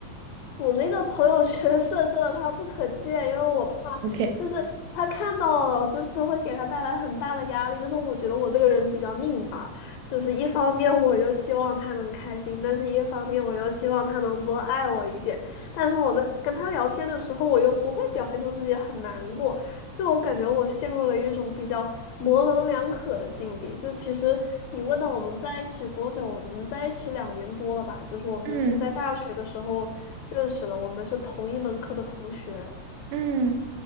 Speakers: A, on the left (about 75°); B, on the right (about 75°).
A: 我那个朋友圈设置了他不可见，因为我怕就是他看到了，
B: OK，
A: 就是会给他带来很大的压力。就是我觉得我这个人比较拧巴，就是一方面我又希望他能开心，但是一方面我又希望他能多爱我一点。但是我在跟他聊天的时候，我又不会表现出自己很难过，就我感觉我陷入了一种比较模棱两可的境地。就其实你问到我们在一起多久，我们在一起两年多了吧？就是我们是在大学的时候认识的，
B: 嗯，
A: 我们是同一门课的同学。
B: 嗯，